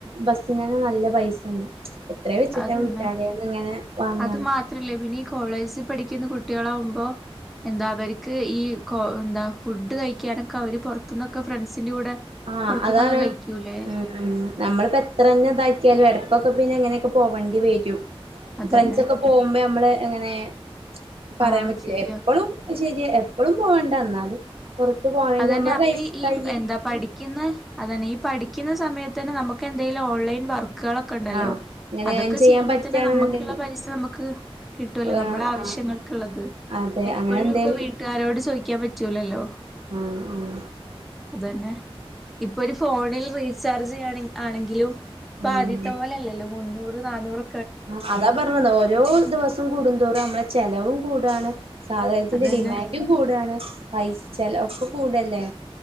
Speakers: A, on the right (about 70°); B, in the centre.
A: ബസ് നന്നേ നല്ല പൈസ ഉണ്ട് എത്രയാ വെച്ചിട്ടാ
B: അതന്നെ
A: വീട്ടുകാരൈന്ന് ഇങ്ങനെ വാങ്ങാ
B: അത് മാത്രല്ലേ പിന്നീ കോളേജിൽ പഠിക്കുന്ന കുട്ടികൾ ആവുമ്പോ എന്താ അവര്ക്ക് ഈ കൊ എന്താ ഫുഡ് കഴിക്കാനൊക്കെ അവര് പുറത്തുന്നൊക്കെ ഫ്രണ്ട്സിന്റെ കൂടെ
A: ആഹ്
B: പുറത്തുന്നൊക്കെ
A: അതാണ്
B: കഴിക്കൂലേ
A: ഉം ഉംനമ്മളിപ്പോ എത്ര തന്നെ ഇതാക്കിയാലും എടക്കൊ പിന്നെ എങ്ങനെയൊക്കെ പോവേണ്ടി വരും
B: അതന്നെ
A: ഫ്രണ്ട്സ ഒക്കെ പോകുമ്പോ നമ്മള് എങ്ങനെ പറയാൻ
B: ആഹ്
A: പറ്റില്ല
B: ശരിയാ
A: എപ്പളും ശരിയ എ എപ്പളും പോകണ്ട എന്നാലും പുറത്ത് പോന്നെകിൽ
B: അതന്നെ
A: നമ്മള്
B: അപ്പൊ
A: കൈ
B: ഈ
A: കൈ
B: എന്താ പഠിക്കുന്ന അതന്നെ ഈ പഠിക്കുന്ന സമയത്ത് തന്നെ നമുക്ക് എന്തേലും ഓൺലൈൻ വർ വർക്കുകളൊക്കെ ഉണ്ടല്ലോ
A: ആഹ് അങ്ങനെ
B: അതൊക്കെ
A: ചെയ്യാൻ
B: ചെയ്യുമ്പോ
A: പറ്റാണെന്നുണ്ടെങ്കിൽ
B: തന്നെ നമുക്കുള്ള പൈസ നമുക്ക് കിട്ടുമല്ലോ നമ്മള
A: ആഹ്
B: ആവശ്യ
A: ആഹ്
B: ങ്ങൾക്കുള്ളത്
A: അതെ
B: എപ്പോഴും
A: അങ്ങനെ എന്തേലും
B: ഇപ്പോ വീട്ടുകാരോട് ചോദിക്കാൻ പറ്റൂലല്ലോ
A: ആഹ് ഉം
B: അത് തന്നെ ഇപ്പൊ ഒരു ഫോണിൽ റീചാർജ് ചെയ്യാ ആണെങ്കിലും
A: ഉം
B: ആദ്യത്തെ പോലെ അല്ലല്ലോ മുന്നൂറ് നാനൂറ്
A: ആഹ് അതാ പറഞ്ഞത് ഓരോ ദിവസം കൂടുന്തോറും നമ്മളെ ചെലവും കൂടുവാണ് സാധാനത്തിന്റെ
B: അതന്നെ
A: ഡിമാൻഡും കൂടാണ് പൈസ ചെല ഒക്കെ കൂടുവല്ലേ